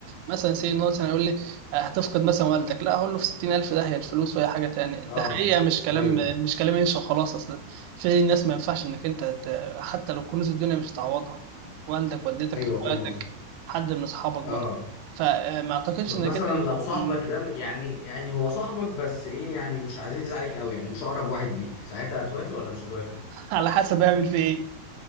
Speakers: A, on the right; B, on the left.
A: مثلا سي إن هو مثلا يقول لي آه، هتفقد مثلا والدك لا هقول له في 60000 ده هي الفلوس وهي حاجة تاني
B: اه
A: ده حقيقة مش كلام
B: ايوه
A: مش كلام ينشأ خلاص أصلا في ناس ما ينفعش إنك أنت ت- حتى لو كنوز الدنيا مش هتعوضها والدك والدتك
B: ايوه
A: إخواتك
B: فاهم قصدي
A: حد من أصحابك برضه
B: اه
A: فما أعتقدش
B: طب
A: إنك
B: مثلا
A: أنت
B: لو صاحبك
A: <laughs>
B: ده م- يعني يعني هو صاحبك بس ايه يعني مش عزيز عليك قوي يعني مش اقرب واحد ليك ساعتها هتوافق ولا مش هتوافق
A: على حسب أعمل في إيه